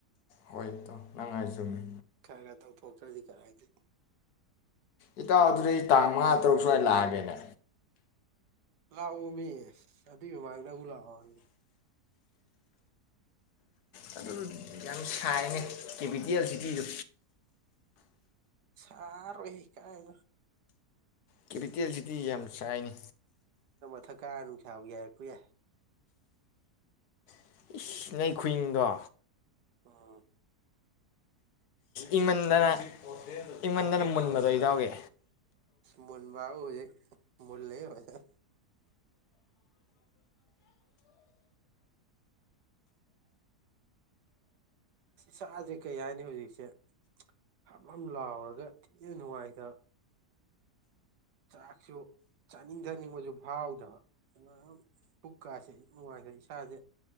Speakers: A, on the left; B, on the right.
A: ꯍꯣꯏ ꯏꯣ ꯅꯪꯉꯥꯏꯖꯨꯝꯃꯤ
B: ꯈꯔ ꯈꯔꯗꯧ ꯄꯣꯛꯇ꯭ꯔꯗꯤ ꯀꯔꯥꯏꯗꯦ
A: ꯏꯇꯥꯎ ꯑꯗꯨꯗꯤ ꯑꯩ ꯇꯥꯡ ꯃꯉꯥ ꯇꯔꯨꯛ ꯁ꯭ꯋꯥꯏꯗ ꯂꯥꯛꯑꯒꯦꯅꯦ
B: ꯂꯥꯛꯑꯣ ꯃꯤ ꯑꯗꯨꯏ ꯃꯃꯥꯡꯗ ꯗꯕꯨ ꯂꯥꯛꯑꯣ
A: ꯑꯗꯨ ꯌꯥꯝ ꯁꯥꯏꯅꯦ ꯀꯦꯄꯤꯇꯦꯜ ꯁꯤꯇꯤꯗꯣ
B: ꯁꯥꯔꯣꯏ ꯍꯦ ꯀꯥꯏ
A: ꯀꯦꯄꯤꯇꯦꯜ ꯁꯤꯇꯤꯖꯦ ꯌꯥꯝ ꯁꯥꯏꯅꯦ
B: ꯊꯛꯀꯥꯔ ꯅꯨꯡꯁꯥꯕꯨ ꯌꯥꯏꯔꯛꯄ ꯌꯥꯏ
A: <unintelligible> ꯈꯨꯏꯪꯗꯣ
B: ꯑꯣ
A: ꯏꯪꯃꯟꯗꯅ ꯏꯪꯃꯟꯗꯅ ꯃꯨꯟꯕꯗꯣ ꯏꯇꯥꯎꯒꯤ
B: ꯃꯨꯟꯕꯥꯕꯨ ꯍꯧꯖꯤꯛ ꯃꯨꯜꯂꯦ ꯐꯖꯅ ꯏꯁꯥꯁꯦ ꯀꯩ ꯍꯥꯏꯅꯤ ꯍꯧꯖꯤꯛꯁꯦ ꯍꯝ ꯍꯝ ꯂꯥꯎꯔꯒ ꯊꯤꯅ ꯅꯨꯡꯉꯥꯏꯇꯕ ꯆꯥꯛꯁꯨ ꯆꯥꯅꯤꯡ ꯊꯥꯅꯤꯡꯕꯁꯨ ꯐꯥꯎꯗꯕ ꯑꯗꯨ ꯄꯨꯛꯀꯥꯁꯦ ꯅꯨꯡꯉꯥꯏꯇꯦ ꯏꯁꯥꯁꯦ